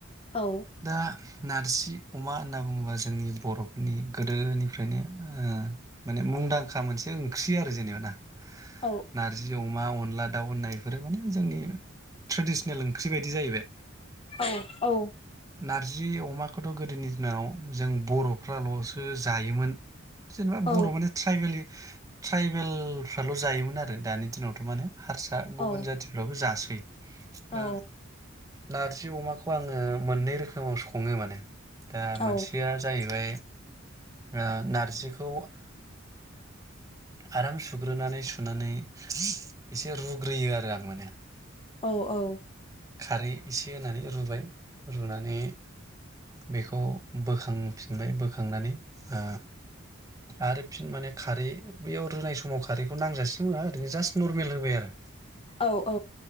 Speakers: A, on the left; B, on the right.
A: औ
B: दा नारजि अमा होनना बुङोबा जोंनि बर'फोरनि गोदोनिफ्रायनो ओ माने मुंदां खा मोनसे ओंख्रि आरो जेनेबा ना ।
A: औ
B: नारजि अमा अन नला दाउ होननाय बेफोरो माने जोंनि ट्रेडिस्नेल ओंख्रि बायदि जाहैबाय ।
A: औ औ
B: नारजि अमाखौथ' गोदोनि दिनाव जों बर'फ्राल'सो जायोमोन । जेनेबा
A: औ
B: बर' माने ट्राइबेल ट्राइबेल फ्राल' जायोमोन आरो दानि दिनावथ' माने हारसा गुबुन
A: औ
B: जाथिफ्राबो जासो दा
A: औ
B: नारजि अमाखौ आङो मोननै रोखो मआव सङो माने दा
A: औ
B: मोनसेया जाहैबाय ओ नारजिखौ आराम सुग्रोनानै सुनानै एसे रुग्रोयो आरो आं माने
A: औ औ
B: खारै इसे होनानै रुबाय रुनानै बेखौ बोखांफिनबाय बोखांनानै ओ आरो फिन माने खारै बैयाव रुनाय समाव खारैखौ नांजासि होआ ओरैनो जास नर्मेल होबाय आरो
A: औ औ